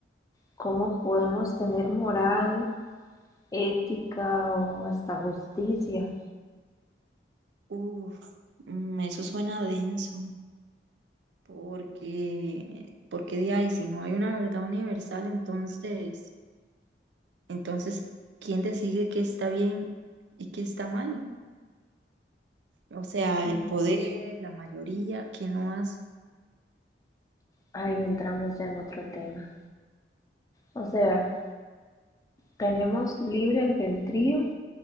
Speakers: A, on the left; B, on the right.
A: ¿cómo podemos tener moral, ética o hasta justicia?
B: Uf, Mm, eso suena denso, porque, porque de ahí, si no hay una verdad universal, entonces, entonces, ¿quién decide qué está bien y qué está mal? O sea,
A: Ujú.
B: el poder, la mayoría, ¿quién lo hace?
A: Ahí entramos ya en otro tema. O sea, ¿tenemos libre albedrío